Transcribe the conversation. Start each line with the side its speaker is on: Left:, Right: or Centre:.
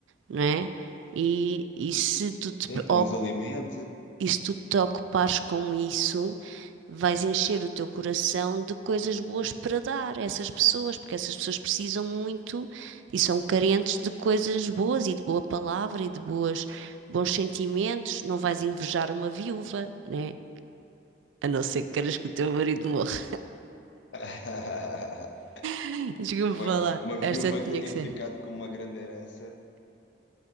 Right: não é? E, e se tu te
Left: Sim,
Right: pre-
Left: quem os alimente.
Right: e se tu te ocupares com isso, vais encher o teu coração de coisas boas para dar a essas pessoas, porque essas pessoas precisam muito e são carentes de coisas boas e de boa palavra e de boas, bons sentimentos. Não vais invejar uma viúva, né? A não ser que queiras que o teu marido morra.
Left: <laughs>
Right: <laughs> Desculpa
Left: Pois,
Right: falar.
Left: uma viúva
Right: Esta tinha
Left: que tenha
Right: que ser.
Left: ficado com uma grande herança.